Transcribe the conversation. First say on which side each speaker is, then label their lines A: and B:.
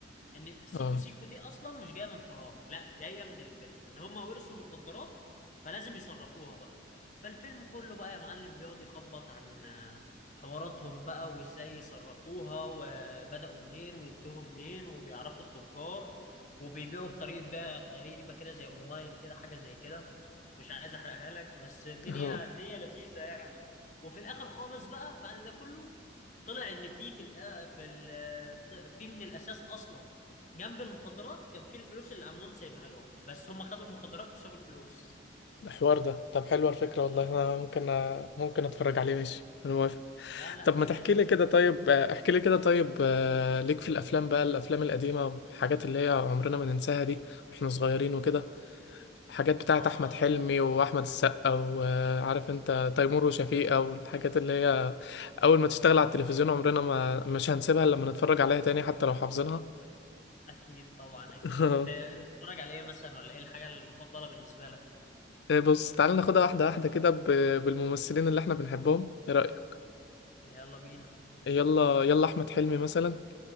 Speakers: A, on the left (about 40°); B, on the left (about 65°).
A: ان سيكو
B: اه
A: سيكو دي اصلا مش جايه من فراغ لا جايه من الفيلم ان هم ورثوا مخدرات فلازم يصرفوها بقى فالفيلم كله بقى يا معلم بيقعد يخبط عن آه، حواراتهم بقى وازاي يصرفوها وبدأوا منين وينتهوا منين وبيعرفوا التجار وبيبيعوا بطريقة بقى غريبة كده زي اونلاين كده حاجة زي كده مش عايز احرقها لك بس الدنيا
B: اه
A: الدنيا لذيذة يعني وفي الاخر خالص بقى بعد ده كله طلع ان في في الأ- في ال- في من الاساس اصلا جنب المخدرات كان في الفلوس اللي عمهم سايبها لهم بس هم خدوا المخدرات وسابوا الفلوس
B: الحوار ده طب حلوة الفكرة والله
A: اه
B: أنا ممكن ممكن أتفرج عليه ماشي أنا موافق
A: لا لا
B: طب
A: حاجة
B: ما تحكي
A: لذيذة
B: لي كده طيب آه، احكي لي كده طيب آه، ليك في الأفلام بقى الأفلام القديمة الحاجات اللي هي عمرنا ما ننساها دي وإحنا صغيرين وكده حاجات بتاعة
A: اه
B: أحمد حلمي
A: لا
B: وأحمد السقا وعارف أنت تيمور وشفيقة والحاجات اللي هي أول ما تشتغل على التلفزيون عمرنا ما مش هنسيبها إلا لما نتفرج عليها تاني حتى لو حافظينها
A: اكيد طبعا
B: <laughs>
A: اكيد انت بتتفرج على ايه مثلا ولا ايه الحاجة المفضلة بالنسبة لك
B: بص تعالى ناخدها واحدة واحدة كده ب- بالممثلين اللي احنا بنحبهم ايه رأيك
A: يلا بينا
B: يلا يلا احمد حلمي مثلا